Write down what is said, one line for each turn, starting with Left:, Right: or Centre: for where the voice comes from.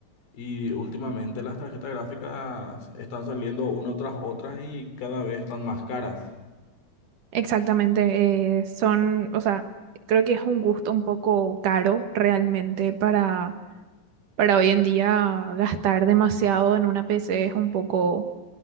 Left: Y últimamente las tarjetas gráficas están saliendo una tras otra y cada vez están más caras.
Right: Exactamente, eh, son, o sea, creo que es un gusto un poco caro realmente para Para hoy en día gastar demasiado en una PC es un poco